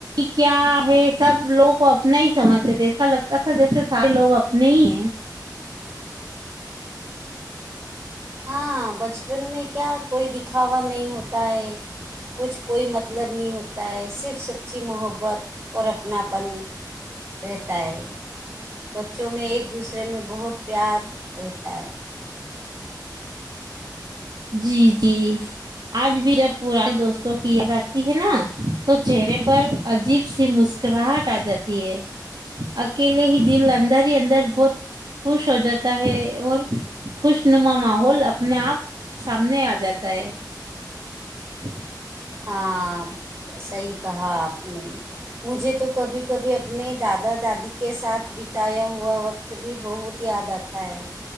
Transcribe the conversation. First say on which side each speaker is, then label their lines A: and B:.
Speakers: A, on the right; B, on the right.
A: کیا ہے سب لوگوں کو اپنا ہی سمجھتے تھے ایسا لگتا تھا جیسے سارے لوگ اپنے ہی ہیں
B: ہاں بچپن میں کیا کوئی دکھاوا نہیں ہوتا ہے کچھ کوئی مطلب نہیں ہوتا ہے صرف سچی محبت اور اپناپن رہتا ہے بچوں میں ایک دوسرے میں بہت پیار رہتا ہے
A: جی جی آج بھی رب پانی دوستوں کیا کرتی ہے نا تو چہرے پر عجیب سی مسکراہٹ آ جاتی ہے اکیلے ہی دل اندر ہی اندر بہت خوش ہو جاتا ہے اور خوش نما ماحول اپنے آپ سامنے آ جاتا ہے ہ <inaudible>
B: ہاں صحیح کہا آپ نے مجھے تو کبھی کبھی اپنے دادا دادی کے ساتھ بتایا ہوا وقت بھی بہت یاد آتا ہے